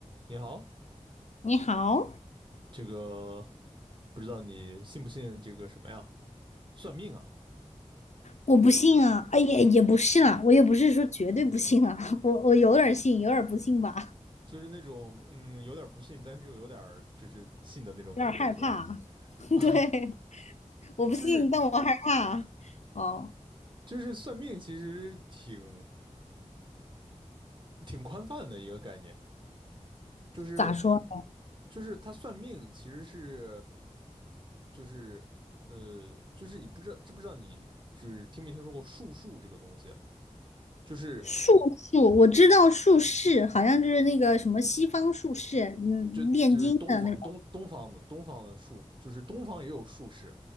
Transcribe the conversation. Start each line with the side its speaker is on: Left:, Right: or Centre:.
Right: 你好，
Left: 你好，
Right: 这个不知道你信不信这个什么呀？算命啊，
Left: 我不信啊，哎也也不是啦，我也不是说绝对不信啊，<laughs> 我我有点儿信，有点儿不信吧，
Right: 就是那种嗯，有点儿不信，但是又有点儿就是信的那种感觉，
Left: 有点儿害怕。
Right: 是吧？
Left: <laughs>
Right: <laughs> 啊，
Left: 对，我不信，
Right: 就是
Left: 但我害怕。哦，
Right: 就是算命其实挺挺宽泛的一个概念，就是
Left: 咋说？
Right: 就是他算命其实是就是呃就是你不知道知不知道你就是听没听说过术数这个东西，就是
Left: 术数，我知道术士，好像就是那个什么西方术士，嗯，
Right: 就就是东方东东方的东方的术，
Left: 炼金的那个。
Right: 就是东方也有术士，